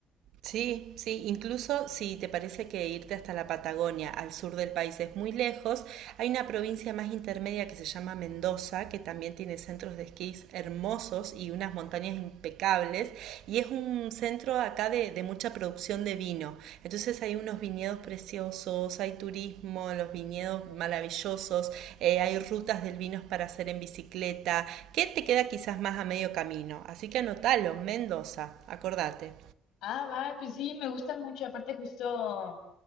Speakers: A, on the right; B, on the left.
A: Sí, sí, incluso si te parece que irte hasta la Patagonia, al sur del país, es muy lejos, hay una provincia más intermedia que se llama Mendoza, que también tiene centros de esquís hermosos y unas montañas impecables, y es un centro acá de, de mucha producción de vino. Entonces hay unos viñedos preciosos, hay turismo, los viñedos maravillosos, eh, hay rutas del vino para hacer en bicicleta, que te queda quizás más a medio camino. Así que anotalo, Mendoza, acordate.
B: Ah, va, pues sí, me gusta mucho. Aparte, justo,